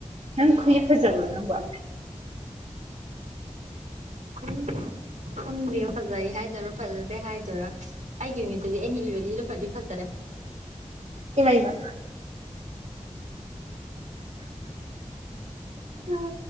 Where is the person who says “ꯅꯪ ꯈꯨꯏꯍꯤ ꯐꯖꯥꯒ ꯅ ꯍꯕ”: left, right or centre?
Right